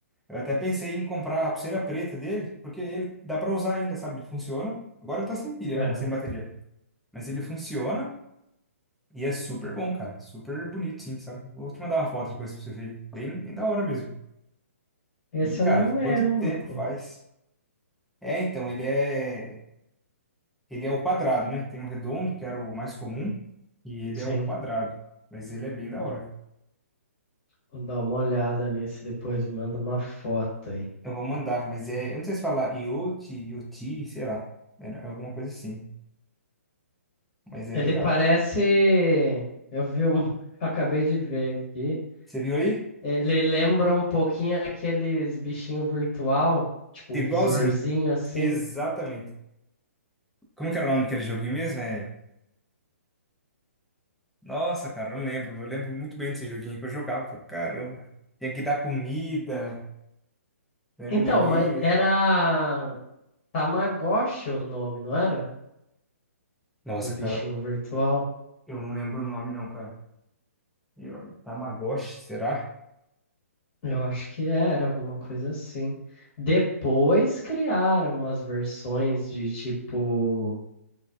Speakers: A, in the centre; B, on the left.
A: Eu até pensei em comprar a pulseira preta dele, porque ele dá pra usar ainda, sabe? Ele funciona. Agora ele tá sem pilha,
B: Aham.
A: né? Sem bateria. Mas ele funciona e é super bom, cara. Super bonito, sim, sabe? Vou te mandar uma foto depois pra você ver. Bem, bem da hora mesmo.
B: Esse
A: E, cara,
B: eu não lembro,
A: quanto tempo faz?
B: pô.
A: É, então, ele é. Ele é o quadrado, né? Tem o redondo, que era o mais comum, e ele
B: Sim,
A: é o quadrado. Mas ele é bem da hora.
B: vou dar uma olhada nesse depois, me manda uma foto aí.
A: Eu vou mandar, mas é. Eu não sei se falar iot iot sei lá. É alguma coisa assim. Mas é
B: Ele
A: legal.
B: parece. Eu vi um. <laughs> Eu Acabei de ver aqui.
A: Você viu aí?
B: Ele lembra um pouquinho aqueles bichinhos virtual, tipo
A: Igualzinho.
B: o visorzinho assim.
A: Exatamente. Como que era o nome daquele joguinho mesmo? É... Nossa, cara, eu não lembro. Eu lembro muito bem desse joguinho que eu jogava pra caramba. Tinha que dar comida, né? Ele
B: Então,
A: morria.
B: mas era Tamagotchi o nome, não era?
A: Nossa,
B: Do bichinho
A: cara,
B: virtual.
A: eu não lembro o nome não, cara. E olha, Tamagotchi, será?
B: Eu acho que era alguma coisa assim. Depois criaram umas versões de tipo